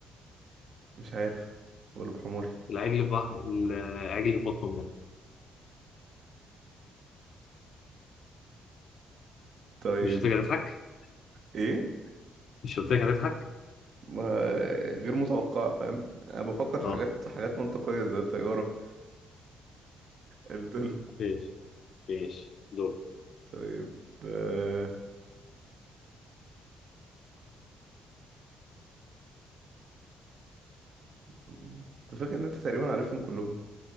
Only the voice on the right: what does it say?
مش عارف ولا بحماري
<laughs> طيب
ايه
ما غير متوقع فاهم انا بفكر في
حاجات حاجات منطقية زي الطيارة الظل
طيب آه، انت فاكر ان انت تقريبا عارفهم كلهم